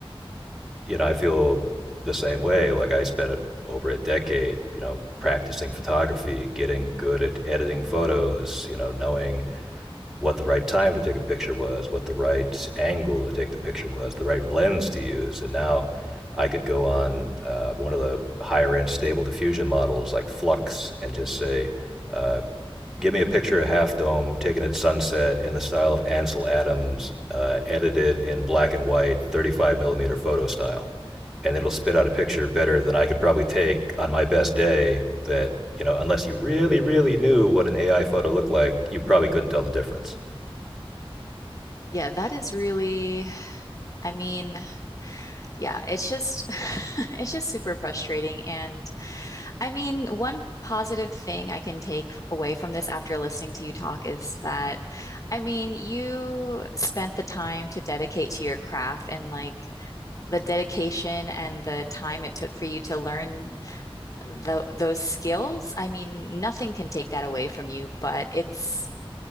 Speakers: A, in the centre; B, on the left.
A: you know, I feel the same way. Like I spent a, over a decade, you know, practicing photography, getting good at editing photos, you know, knowing what the right time to take a picture was, what the right angle to take the picture was, the right lens to use. And now I could go on uh, one of the higher end stable diffusion models like Flux and just say, uh, give me a picture of Half Dome taken at sunset in the style of Ansel Adams, uh, edited in black and white, 35 millimeter photo style. And it'll spit out a picture better than I could probably take on my best day that, you know, unless you really, really knew what an AI photo looked like, you probably couldn't tell the difference.
B: Yeah, that is really, I mean, yeah, it's just, <laughs> it's just super frustrating. And I mean, one positive thing I can take away from this after listening to you talk is that, I mean, you spent the time to dedicate to your craft and like the dedication and the time it took for you to learn tho- those skills. I mean, nothing can take that away from you, but it's,